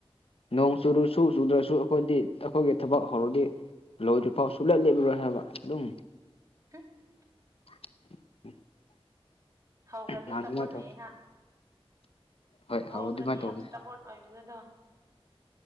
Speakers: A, on the left; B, on the right.
A: ꯅꯣꯡ ꯆꯨꯔꯁꯨ ꯆꯨꯗ꯭ꯔꯁꯨ ꯑꯩꯈꯣꯏꯗꯤ ꯊꯕꯛꯇꯤ ꯊꯕꯛ ꯍꯧꯔꯗꯤ ꯂꯣꯏꯗ꯭ꯔꯤꯐꯥꯎ ꯁꯨꯡꯂꯦꯞ ꯂꯦꯞꯂꯔꯣꯏ ꯍꯥꯏꯕ ꯑꯗꯨꯝ
B: <unintelligible>
A: <unintelligible>
B: ꯍꯧꯈꯔ꯭ꯗꯤ
A: ꯅꯍꯥꯟꯁꯨ
B: ꯁꯇꯥꯞꯕꯣꯔꯟ
A: ꯑꯗꯨꯃꯥꯏꯅ ꯇꯧ
B: ꯑꯣꯏꯌꯦ ꯅꯪ
A: ꯍꯣꯏ ꯍꯧꯔꯣ
B: ꯍꯧꯈ꯭ꯔꯗꯤ
A: ꯑꯗꯨꯃꯥꯏꯅ ꯇꯧꯕꯅꯦ
B: ꯌꯥꯝ ꯁꯇꯞꯕꯣꯔꯟ ꯑꯣꯏꯕꯗꯣꯗꯣ